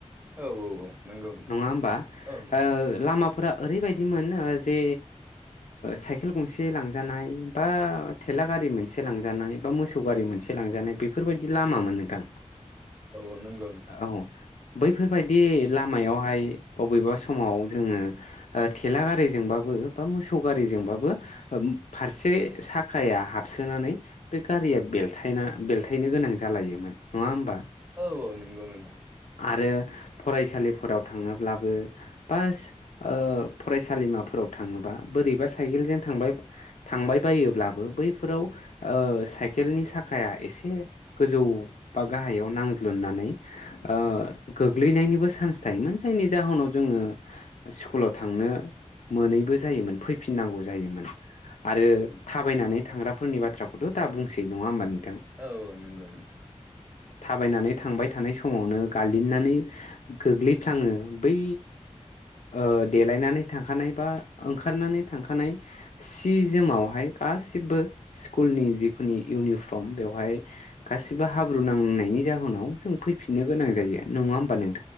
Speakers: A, on the right; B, on the left.
A: औ औ नंगौ नोंथां
B: नङा होमबा
A: औ
B: ओ लामाफोरा। ओरैबायदिमोन ओ जे साइकेल गंसे लांजानाय बा थेला गारि मोनसे लांजानाय बा मोसौ गारि मोनसे लांजानाय बेफोरबायदि लामामोन नोंथां।
A: औ नंगौ नोंथां
B: औ बैफोरबायदि लामायावहाय। बबेबा समाव जोंङो ओ थेला गारिजोंबा बो मोसौ गारिजोंबाबो फारसे साखाया हाबसोनानै बे गारिया बेलथायना बेलथायनो गोनां जालायोमोन नंङा होमबा?
A: औ नंगौ नोंथां
B: आरो फरायसालिफोराव थांङोब्लाबो बास ओ फरायसालिमाफोराव थांङोबा बोरैबा साइकेलजों थांबाय थांबायोब्लाबो बैफोराव ओ साइ केलनि साखाया एसे गोजौ बा गाहायाव नांज्लुननानै ओ गोग्लैनायनिबो चान्स थायोमोन जायनि जाहोनाव जोंङो स्कुलाव थांनो मोनैबो जायोमोन फैफिननांगौ जायोमोन। आरो
A: औ औ
B: थाबायनानै
A: नंगौ
B: थांग्राफोरनि
A: नोंथां
B: बाथ्राखौथ' दा बुंसै। <unintelligible> नंङा होमबा नों
A: औ नंगौ नोंथां
B: थाबायनानै थांबाय थानाय समावनो गालिननानै गोग्लैफ्लांङो बै ओ देलायनानै थांखानाय बा ओंखारनानै थांखानाय सि जोमावहाय गासिबो स्कुलनि जिखुनि इउनिफर्म बेवहाय गासिबो हाब्रु नांनायनि जाहोनाव जों फैफिननो गोनां जायो नङा होमबा नों